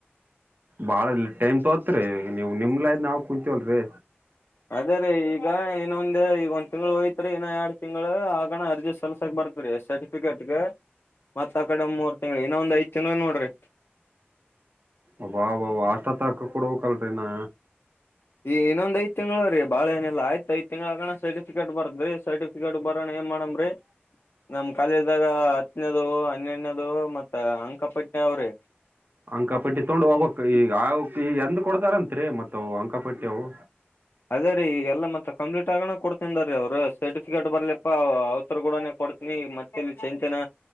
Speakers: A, on the right; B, on the left.
A: ಬಾಳ ಟೈಮ್ ತೋತ್ರಿ ಇಗ ನೀವ್ ನಿಮ್ಲಯ್ ನಾವ್ ಕುಂತಿವಲ್ರಿ.
B: ಅದೇ ರೀ ಈಗ ಇನ್ನೊಂದ್ ಇಗೊಂದ್ ತಿಂಗ್ಳು ಒತ್ರಿ ಇನ್ನ ಎರಡ್ ತಿಂಗ್ಳು ಆಗಣ ಅರ್ಜಿ ಸಲ್ಸಕ್ ಬರ್ತ್ರಿ ಎಸ್ ಕ್ರಿಕೆಟ್ಗೆ ಮತ್ ಅಕಡೆ ಮೂರ್ ತಿಂಗ್ಳು ಇನ್ನು ಒಂದ್ ಐದ್ ತಿಂಗ್ಳು ನೋಡ್ರಿ.
A: ಒಬಾ ಬ ಬ ಅಷ್ಟ ತಕ ಕೊಡ್ಬಕಲ್ರಿ ನಾ.
B: ಈ ಇನ್ನೊಂದ್ ಐದ್ ತಿಂಗ್ಳ ರೀ ಬಾಳ್ ಏನಿಲ್ಲ ಆಯ್ತ್ ಐದ್ ತಿಂಗ್ಳಗನ ಸರ್ಟಿಫಿಕೇಟ್ ಬರ್ತ್ರಿ ಸರ್ಟಿಫಿಕೇಟ್ ಬರಣ ಏನ್ ಮಾಡಮ್ರೀ.
A: <inaudible>
B: ನಮ್ ಕಾಲೇಜ್ದಾಗ ಹತ್ನೇದು ಹನ್ನೆನೇದು ಮತ್ತ ಅಂಕಪಟ್ಣಿ ಅವ್ರೀ.
A: ಅಂಕಪಟ್ಟಿ ತಗೊಂಡು ಹೋಗಬಕ್ ಈಗ ಆಕ್ ಈ ಎಂದ ಕೊಡದಾರಂತ್ರಿ ಮತ್ತವು ಅಂಕಾಪಟ್ಟಿ ಅವು.
B: ಅದೇ ರೀ ಈಗಲ್ಲ ಮತ್ತ ಕಂಪ್ಲೀಟ್ ಆಗಣ ಕೊಡ್ತನ್ ರೀ ಅವರು ಸರ್ಟಿಫಿಕೇಟ್ ಬರ್ಲಿಪ್ಪ ಅವರ ಕೂಡ ಕೊಡ್ ನೀ ಮತ್ತ ಇಲ್ಲಿ ಚನ್ ತನ